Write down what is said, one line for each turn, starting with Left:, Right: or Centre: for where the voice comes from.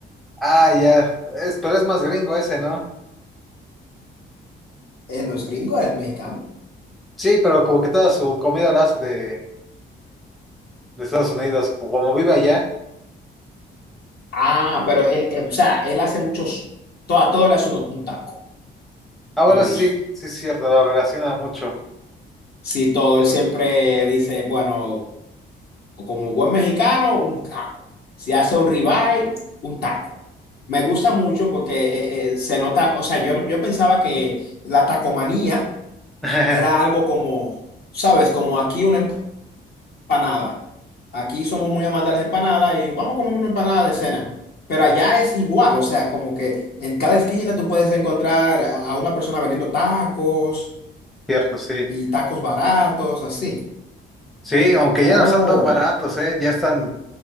Centre: Ah, ya. Es, pero es más gringo ese, ¿no?
Left: Él no es gringo, es mexicano.
Centre: Sí, pero como que toda su comida la hace de, de Estados Unidos, como vive allá.
Left: Ah, pero él, él, o sea, él hace muchos, to- a todo le hace un, un taco,
Centre: Ah, bueno,
Left: yo he
Centre: eso
Left: visto.
Centre: sí, sí es cierto, lo relaciona mucho.
Left: Sí, todo, él siempre dice, bueno, como buen mexicano, un taco. Si hace un ribeye, un taco. Me gusta mucho porque eh, eh, se nota, o sea, yo, yo pensaba que la tacomanía
Centre: <laughs>
Left: era algo como, ¿sabes? Como aquí una empanada. Aquí somos muy amantes de las empanadas y vamos a comer una empanada de cena. Pero allá es igual, o sea, como que en cada esquina tú puedes encontrar a una persona vendiendo tacos
Centre: Cierto, sí.
Left: y tacos baratos, así.
Centre: Sí, aunque
Left: Oh,
Centre: ya no son tan baratos, ¿eh? Ya están